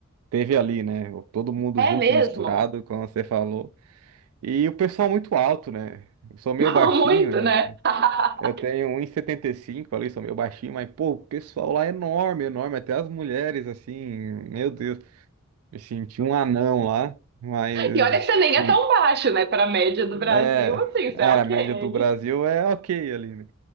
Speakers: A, on the right (about 85°); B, on the right (about 50°).
A: teve ali, né? Todo mundo
B: É
A: junto
B: mesmo?
A: e misturado, como você falou. E o pessoal muito alto, né? Eu sou meio
B: <laughs>
A: baixinho,
B: Muito,
A: né?
B: né? <laughs>
A: Eu tenho um 1,75 ali, sou meio baixinho, mas, pô, o pessoal lá é enorme, enorme. Até as mulheres, assim, meu Deus, me senti um anão lá, mas,
B: E olha que você nem
A: foi-
B: é tão baixo, né? Para a média do Brasil,
A: é,
B: assim, você
A: era
B: é ok.
A: a média do Brasil é ok ali, né?